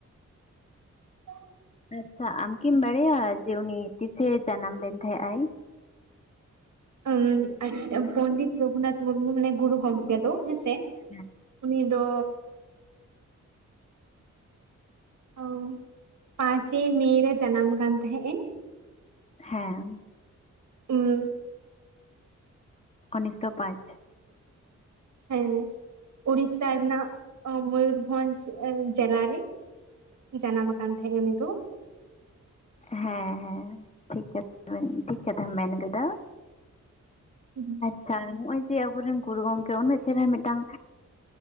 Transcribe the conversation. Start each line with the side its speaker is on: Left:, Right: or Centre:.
Right: <unintelligible>
Left: ᱟᱪᱪᱷᱟ, ᱟᱢᱠᱤᱢ ᱵᱟᱲᱟᱭᱟ ᱡᱮ ᱩᱱᱤ ᱛᱤᱥᱮ ᱡᱟᱱᱟᱢ ᱞᱮᱱ ᱛᱟᱦᱮᱸᱜ ᱟᱭ?
Right: ᱩᱸ ᱟᱪᱪᱷᱟ, ᱯᱚᱸᱱᱰᱤᱛ ᱨᱚᱜᱷᱩᱱᱟᱛᱷ ᱢᱩᱨᱢᱩ ᱢᱟᱱᱮ ᱜᱩᱨᱩ ᱜᱚᱢᱠᱮ ᱫᱚ ᱦᱮᱸᱥᱮ?
Left: ᱦᱮᱸ,
Right: ᱩᱱᱤ ᱫᱚ, ᱚ ᱯᱟᱸᱪᱮᱭ ᱢᱮ ᱨᱮ ᱡᱟᱱᱟᱢ ᱟᱠᱟᱱ ᱛᱟᱦᱮᱸᱜ ᱮ,
Left: ᱦᱮᱸ,
Right: ᱦᱩᱸ,
Left: ᱩᱱᱤᱥᱥᱚ ᱯᱟᱸᱪ,
Right: ᱦᱩᱸ, ᱩᱲᱤᱥᱥᱟ ᱨᱮᱱᱟᱜ ᱢᱩᱭᱩᱨᱵᱷᱚᱧᱡᱷ ᱡᱮᱞᱟᱨ ᱨᱮ ᱡᱟᱱᱟᱢ ᱟᱠᱟᱱ ᱛᱟᱦᱮᱫ ᱮ ᱩᱱᱤ ᱫᱚ,
Left: ᱦᱮᱸ ᱦᱮᱸ ᱴᱷᱤᱠ ᱠᱟᱛᱷᱟ ᱴᱷᱤᱠ ᱠᱟᱛᱷᱟᱢ ᱢᱮᱱ ᱟᱠᱟᱫᱟ ᱾
Right: ᱦᱩᱸ,
Left: ᱟᱪᱪᱷᱟ ᱱᱚᱜ-ᱚᱭ ᱡᱮ ᱟᱵᱚᱨᱮᱱ ᱜᱩᱨᱩ ᱜᱚᱢᱠᱮ ᱩᱱᱟᱹᱜ ᱪᱮᱦᱨᱟ ᱢᱤᱫᱴᱟᱝ